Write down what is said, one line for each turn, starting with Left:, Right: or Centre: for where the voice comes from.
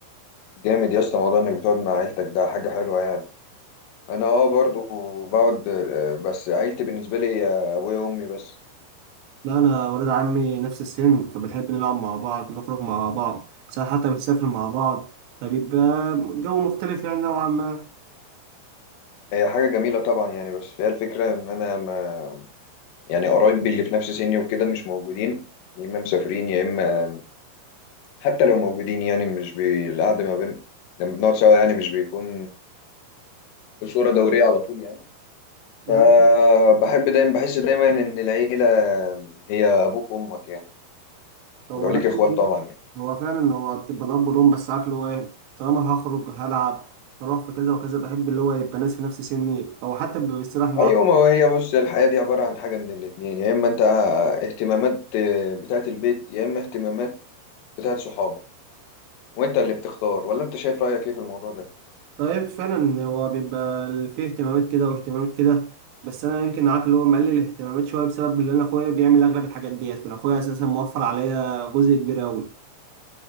Left: جامد يا اسطى موضوع انك بتقعد مع عيلتك ده حاجه حلوه يعني انا اه برضو بقعد آه، بس عيلتي بالنسبه لي هي ابويا وامي بس
Right: لا انا ولد عمي نفس السن فبنحب نلعب مع بعض نخرج مع بعض ساعات حتى بنسافر مع بعض فبيبقى جو مختلف يعني نوعا ما
Left: هي حاجه جميله طبعا يعني بس هي الفكره ان انا ما يعني قرايبي اللي في نفس سني وكده مش موجودين يا إما مسافرين يا إما حتى لو موجودين يعني مش بي... القعدة ما بين لما بنقعد سوا يعني مش بيكون بصورة دورية على طول يعني
Right: يعني
Left: فبحب دايما بحس دايما إن العيلة هي أبوك وأمك يعني
Right: هو
Left: ولو
Right: عنده-
Left: ليك إخوات طبعا يعني
Right: هو فعلا هو بتبقى الاب والام بس عارف اللي هو ايه طالما أنا هخرج هلعب هروح في كذا وكذا بحب اللي هو يبقى ناس في نفس سني او حتى بيستريح معاه
Left: أيوة ما هو هي بص الحياة دي عبارة عن حاجة من الاتنين يا إما أنت اهتمامات بتاعة البيت يا إما اهتمامات بتاعة صحابك وأنت اللي بتختار ولا أنت شايف رأيك إيه في الموضوع ده؟
Right: طيب فعلا هو بيبقى فيه اهتمامات كده واهتمامات كده بس انا يمكن عارف اللي هو مقلل الاهتمامات شويه بسبب اللي انا اخويا بيعمل اغلب الحاجات ديت فانا اخويا اساسا موفر عليا جزء كبير قوي